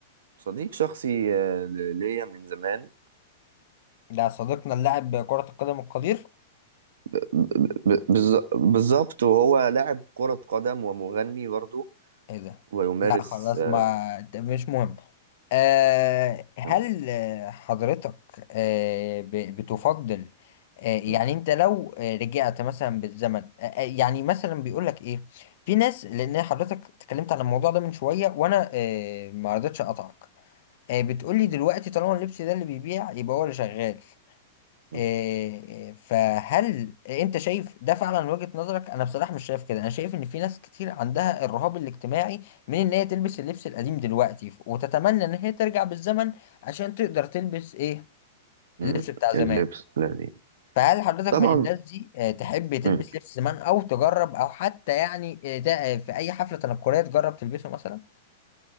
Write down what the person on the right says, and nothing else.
صديق شخصي آه، ل- ليا من زمان
ب- بالز- بالظبط وهو لاعب كرة قدم ومغني برضه
ويمارس
آه،
تمام
م-
م-
م.
اللبس الذي
طبعا
م.